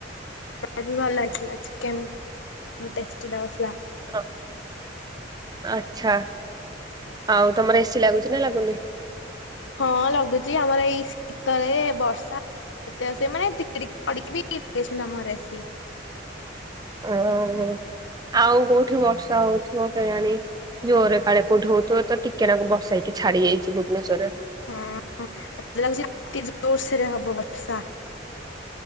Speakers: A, on the left (about 85°); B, on the right (about 20°).
A: ମତେ ବି ଭଲ ଲାଗଥିଲା ଚିକେନ ବହୁତ ଟେଷ୍ଟି ଲାଗୁ ଥିଲା।
B: ହଁ ଆଛା ଆଉ ତମର ଏସି ଲାଗୁଛି ନା ଲାଗୁନି?
A: ହଁ ଲାଗୁଚି ଆମର ଏଇ ଶୀତରେ ବର୍ଷା ଦ ସେମାନେ ଟିକେ ଟିକେ ପଡ଼ିକି ବି <unintelligible>
B: ଅଁ ଆଉ କୋଉଠି ବର୍ଷା ହଉଥିବ କେଆଣି। ଜୋରରେ କାଳେ କୋଠି ହଉଥିବ ତ, ଟିକେ ନାଗୁ ବର୍ଷା ହେଇକି ଛାଡି ଯାଇଛି ଭୁବନେଶ୍ଵର
A: ହଁତ ମତେ ଲାଗୁଛି ଟିକେ ଜୋରସରେ ହବ ବର୍ଷା।